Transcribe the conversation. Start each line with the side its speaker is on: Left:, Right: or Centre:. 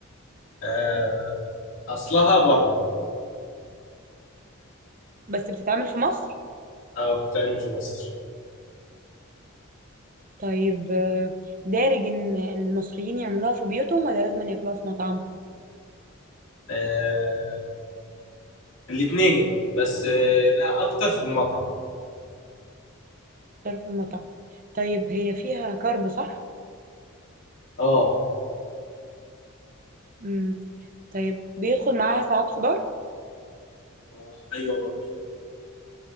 Left: آه، اصلها بره
Right: بس بتتعمل في مصر؟
Left: او بتعمل في مصر
Right: طيب آه، دارج إن إن المصريين يعملوها في بيوتهم ولا لازم ياكلوها في مطعم؟
Left: آه، الاتنين بس آه، لا اكتر في المطعم
Right: اختار في المطعم طيب هي فيها كارب صح؟
Left: اه
Right: مم. طيب بيدخل معاها ساعات خضار؟
Left: آه، ايوه برضو